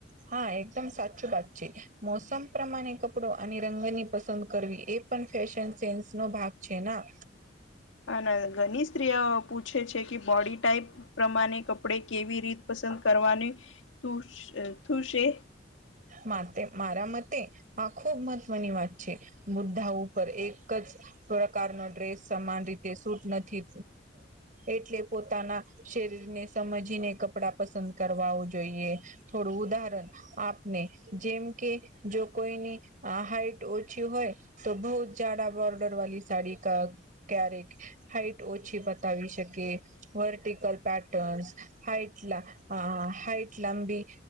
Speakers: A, on the right (about 45°); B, on the left (about 80°).
A: હા એકદમ સાચું વાત છે. મોસમ પ્રમાણે કપડો અને રંગની પસંદ કરવી એ પણ ફેશન સેન્સ નો ભાગ છે ના.
B: હા ના ઘની સ્ત્રી પૂછે છે કે બોડી ટાઈપ પ્રમાણે કપડે કેવી રીત પસંદ કરવાની થું થુશે?
A: માતે મારા મતે આ ખુબ મહત્વની વાત છે. મુદ્દા ઉપર એક જ પ્રકારનો ડ્રેસ સમાન રીતે સૂટ નથી એટલે પોતાના શરીરને સમજીને કપડાં પસંદ કરવાવું જોઈએ થોડું ઉદહરણ આપને જેમ કે જો કોઈની હાઈટ ઓછી હોય તો બહુત જડા બોર્ડર વાી સાડી કા ક્યારેક હાઈટ ઓછી બતાવી શકે વર્ટિકલ પેટર્ન્સ હાાઈટ લ હાઈટ લંબી